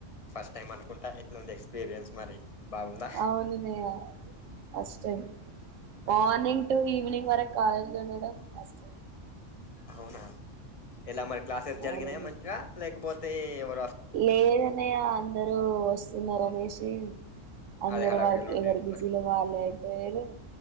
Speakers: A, on the left (about 30°); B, on the right (about 80°).
A: పస్ట్ టైమ్ అను కుంటా ఎట్లుంది ఎక్స్పీరియన్స్ మరి బాగుందా
B: అవును అన్నయ్య ఫస్ట్ టైం
A: ఆ
B: మార్నింగ్ టు ఈవినింగ్ వరక్ కాలేజ్ లో నే వుండడ
A: అవునా ఎలా మరి క్లాసెస్ జరిగినాయ
B: అవును అన్నయ్య
A: మంచిగా లేకపోత్ తే ఎవర్
B: లేదన్నయ్య అందరూ వస్తున్నారనేషి <unintelligible> అందరు
A: అదే హడావిడిలో
B: వాళ్ళకి
A: ఉండే
B: ఎవరు
A: అంటనా
B: బిజీలో వాళ్ళు అయిపోయారు